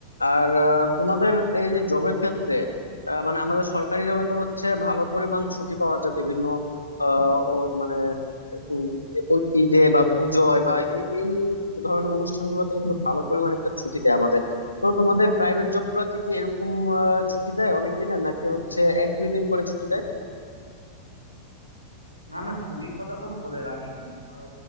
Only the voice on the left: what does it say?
আর আহ, তোমাদের এই যে জবের ক্ষেত্রে আহ, মানে আমাদের সরকারি জবে তো হচ্ছে ভালো পরিমাণ ছুটি পাওয়া যায় বিভিন্ন আহ, ও মানে উম, ও- ঈদে বা পুজোয় বা এ- এই ধরনের অনুষ্ঠানগুলোতে কিন্তু ভালো পরিমাণ একটা ছুটি দেয় আমাদের তো তোমাদের প্রাইভেট জব গুলাতে কি এরকম আহ, ছুটি দেয় অনেক দিনের নাকি হচ্ছে এক দুই দিন করে ছুটি দেয়